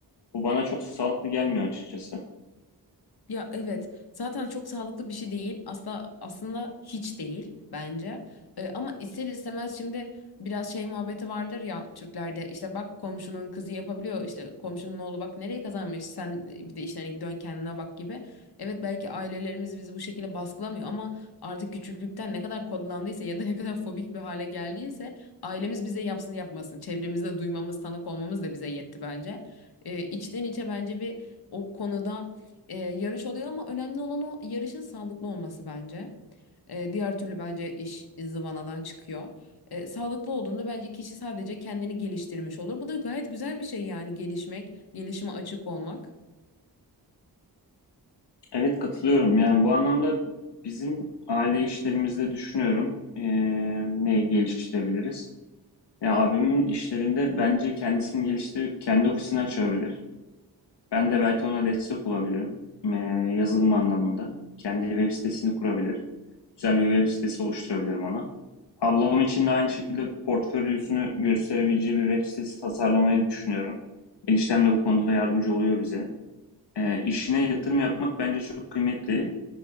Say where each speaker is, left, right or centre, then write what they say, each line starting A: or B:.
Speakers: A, on the left; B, on the left.
A: Bu bana çok sağlıklı gelmiyor açıkçası.
B: Ya evet zaten çok sağlıklı bir şey değil asla aslında hiç değil bence Ee, ama ister istemez şimdi biraz şey muhabbeti vardır ya Türklerde işte bak komşunun kızı yapabiliyor işte komşunun oğlu bak nereye kazanmış sen bir de işte hani dön kendine bak gibi evet belki ailelerimiz bizi bu şekilde baskılamıyor ama artık küçüklükten ne kadar kodlandıysa ya da ne kadar fobik bir hale geldiyse ailemiz bize yapsın yapmasın çevremizde duymamız tanık olmamız da bize yetti bence ee, içten içe bence bir o konuda e, yarış oluyor ama önemli olan o yarışın sağlıklı olması bence. E, diğer türlü bence iş e, zıvanadan çıkıyor. E, sağlıklı olduğunda bence kişi sadece kendini geliştirmiş olur. Bu da gayet güzel bir şey yani gelişmek, gelişime açık olmak.
A: Evet katılıyorum. Yani bu anlamda bizim aile işlerimizde düşünüyorum eee, neyi geliştirebiliriz. Ya abimin işlerinde bence kendisini geliştirip kendi ofisini açabilir. Ben de belki ona destek olabilirim. Eee, yazılım anlamında. Kendi web sitesini kurabilir. Güzel bir web sitesi oluşturabilirim ona. Ablam için de aynı şekilde portfolyosunu gösterebileceği bir web sitesi tasarlamayı düşünüyorum. Eniştem de bu konuda yardımcı oluyor bize. E, işine yatırım yapmak bence çok kıymetli.